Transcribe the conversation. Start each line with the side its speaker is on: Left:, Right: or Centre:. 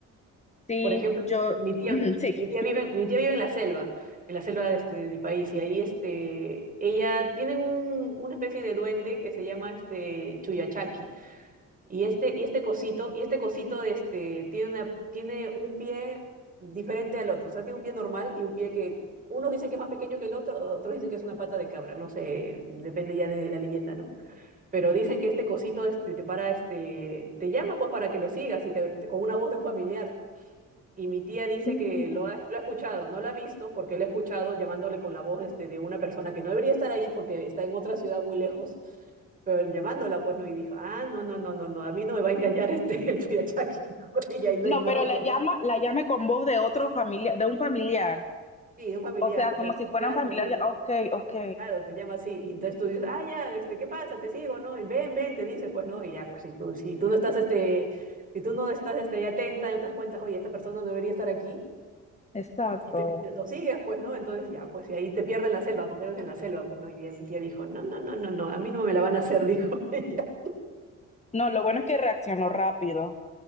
Left: Sí,
Right: Por ejemplo,
Left: yo,
Right: mi tía,
Left: ujú, sí,
Right: mi tía vive, en- mi tía vive en la selva, en la selva de, este, de mi país, y ahí este, ella tiene un- una especie de duende que se llama este Chuyachaki. Y este, y este cosito, y este cosito de este, tiene una, tiene un pie diferente al otro. O sea, tiene un pie normal y un pie que unos dicen que es más pequeño que el otro, otros dicen que es una pata de cabra, no sé, depende ya de la leyenda, ¿no? Pero dicen que este cosito este, te para, este, te llama pues para que lo sigas y te, con una voz de un familiar. Y mi tía
Left: ok.
Right: dice que lo ha, lo ha escuchado, no lo ha visto porque lo ha escuchado llamándole con la voz de, este, de una persona que no debería estar ahí porque está en otra ciudad muy lejos, pero llamándola pues no, y dijo, ah, no, no, no, no, no, a mí no me va a engañar este, <laughs> el Tuyachaki. Y ahí lo
Left: No,
Right: ignoró,
Left: pero la
Right: pues
Left: llama,
Right: no,
Left: la llame con voz de otro familiar, de un familiar.
Right: sí, un familiar,
Left: O sea, como
Right: te un
Left: si
Right: familiar,
Left: fuera un familiar.
Right: un amigo,
Left: ya, Ok, ok,
Right: claro, te llama así, y entonces tú dices, ah, ya, este, ¿qué pasa? Te sigo, ¿no? Y ven, ven, te dice, pues no, y ya, pues si tú, si tú no estás, este, si tú no estás, este, ahí atenta, no te das cuenta, oye, esta persona no debería estar aquí,
Left: exacto.
Right: este, lo sigues, pues, ¿no? Entonces ya, pues, y ahí te pierden la selva, porque eres en la selva, pues, ¿no? Y mi tía dijo, no, no, no, no, no, a mí no me la van a hacer, <laughs> dijo ella.
Left: No, lo bueno es que reaccionó rápido,